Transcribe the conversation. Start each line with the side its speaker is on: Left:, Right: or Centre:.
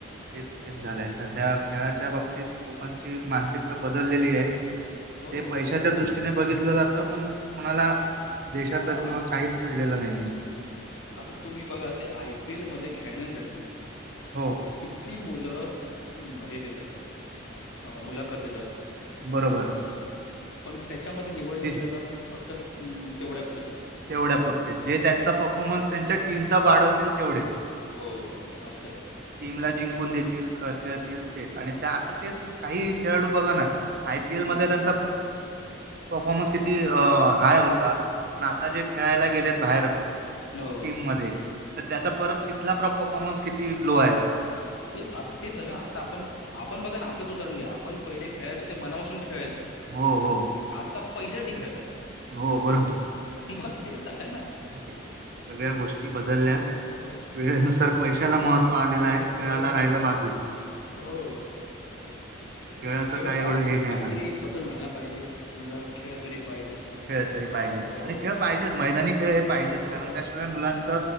Right: तेच तेच झालंय सध्या खेळाच्या बाबतीत लोकांची मानसिकता बदललेली आहे.
Left: हो
Right: ते पैशाच्या दृष्टीने बघितलं जातं पण कोणाला देशाच
Left: हा
Right: किंवा काहीच- पडलेलं नाहीये.
Left: आता तुम्ही बघा ते आय पी एल मध्ये खेळण्यासाठी-
Right: हो...
Left: किती मुलं हे देतात अ मुलाखत देतात.
Right: बरोबर.
Left: पण त्याच्यामध्ये निवडले
Right: सी
Left: की ते आता फक्त तेवढ्या पुुरतेच.
Right: तेवढ्या पुुरते जे त्यांचा परफॉर्मन्स त्यांच्या टीमचा वाढवतील तेवढेच.
Left: हो असंय.
Right: टीमला जिंकून देतील खेळतील तेच आणि त्या आता तेच काही खेळाडू बघा ना. आय पी
Left: हम्म
Right: एल मध्ये त्यांचा परफॉर्मन्स किती हाय होता. पण आता जे खेळायला गेलेत बाहेर
Left: हो
Right: टीम मध्ये. तर त्याचा परत तिथला परफॉर्मन्स किती लो आहे तो.
Left: ते आता तेच झालं ना आता आपण आपण बघा ना आपलंच उदाहरण घ्या आपण पहिले खेळायचो ते मनापासून खेळायचो.
Right: हो हो.
Left: आता पैश्यासाठी खेळतात.
Right: हो बर.
Left: मग ते सांगा ना.
Right: तेच सगळ्या गोष्टी बदलल्या
Left: हो
Right: वेळेनुसार पैशाला महत्त्व आलेलं आहे. खेळाला
Left: बघा
Right: राहिलं
Left: ना आता
Right: बाजूला
Left: हो
Right: खेळाचं
Left: खेळ
Right: काय
Left: पाहिजेच
Right: एवढं हे नाही.
Left: काहीतरी
Right: झालं
Left: बदल झाला पाहिजे निदान खेळ तरी पाहिजेच.
Right: खेळ तरी पाहिजेच
Left: हो
Right: आणि खेळ
Left: हो
Right: पाहिजेच मैदानी खेळ हे पाहिजेच
Left: हो
Right: कारण त्या य मुलांच